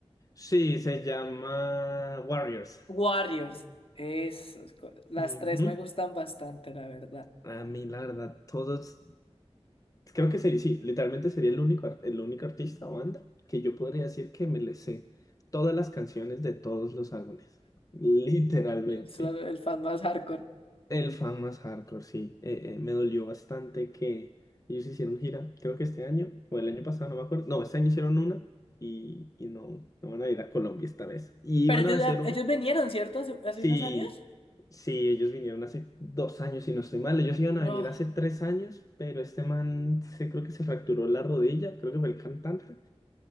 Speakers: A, on the left; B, on the left.
A: sí, se llama Warriors.
B: Warriors. Esos, co- las
A: Ujú.
B: tres me gustan bastante, la verdad.
A: A mí, la verdad, todos, creo que sí, sí, literalmente sería el único, ar- el único artista o banda que yo podría decir que me le sé todas las canciones de todos los álbumes. Literalmente.
B: Son el fan más hardcore.
A: El fan más hardcore, sí. Eh, eh, me dolió bastante que ellos hicieron gira, creo que este año, o el año pasado, no me acuerdo. No, este año hicieron una y, y no, no van a ir a Colombia esta vez. Y
B: Pero
A: iban
B: ellos,
A: a hacer,
B: ya- ellos vinieron, ¿cierto? Hace, hace
A: Sí,
B: unos años.
A: sí, ellos vinieron hace dos años, si no estoy mal. Ellos iban a
B: No.
A: venir hace tres años, pero este man se creo que se fracturó la rodilla, creo que fue el cantante,